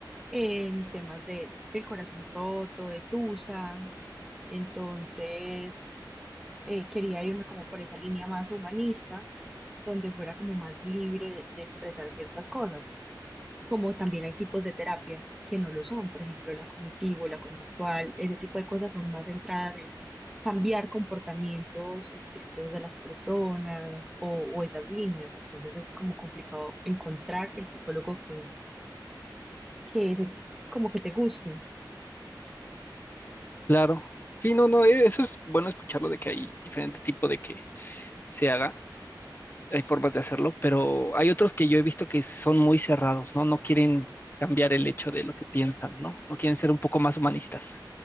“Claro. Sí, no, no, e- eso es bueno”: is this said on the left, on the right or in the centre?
Left